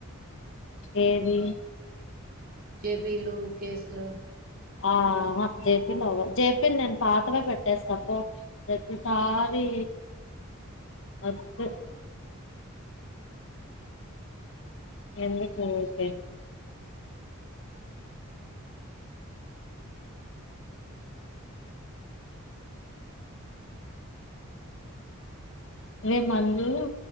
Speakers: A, on the left; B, on the right.
A: ఏది
B: జేపీలు కేసులు
A: ఆ ఆ జేపిలు అవ జేపిలు నేను పాతవే పెట్టేస్తా పో ప్రతిసారి వద్దు
B: ఆ
A: ఎందుకు <unintelligible> అవే మంజు